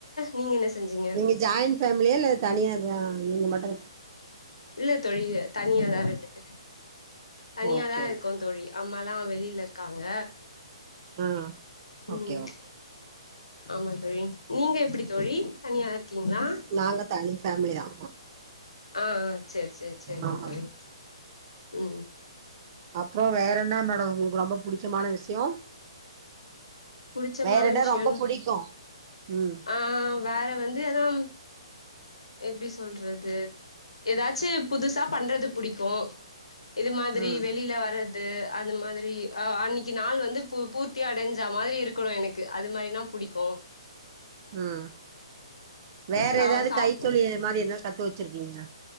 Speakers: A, on the left (about 85°); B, on the right (about 40°).
A: நீங்க என்ன செஞ்சீங்க
B: நீங்க ஜாய்ன் ஃபேமிலியா இல்ல தனியா தா நீங்க மட்ட
A: இல்ல தோழி தனியாதா ரெண்டு பேரு தனியாதா
B: ஓகே
A: இருக்கோ
B: ஓகே
A: தோழி அம்மாலா வெளில இருக்காங்க
B: ஆ ஓகே
A: ம்
B: ஓகே
A: ஆமா தோழி நீங்க எப்படி தோழி தனியா இருக்கீங்களா
B: நாங்க தனி ஃபேமிலி தா
A: ஆ ஆ சரி சரி சரிங்க
B: ஆமா
A: தோழி உ
B: அப்றோ வேற என்ன மேடம் உங்களுக்கு ரொம்ப புடிச்சமான விஷயோ
A: புடிச்சமான
B: வேற இடம்
A: விஷயோனு
B: ரொம்ப புடிக்கு ம்
A: ஆ வேற வந்து அதா எப்டி சொல்றது ஏதாச்சும் புதுசா பண்றது புடிக்கும் இது மாதிரி
B: ம்
A: வெளியில வர து அந்த மாதிரி அ அன்னக்கி நாள் வந்து பூ பூர்த்தி அடஞ்சா மாதிரி இருக்கணும் எனக்கு அது மாரினா புடிக்கும்
B: ம் வேற
A: சா
B: ஏதாது
A: சாப்
B: கை சொல்லி மாரி என்ன கத்து வச்சிருக்கீங்க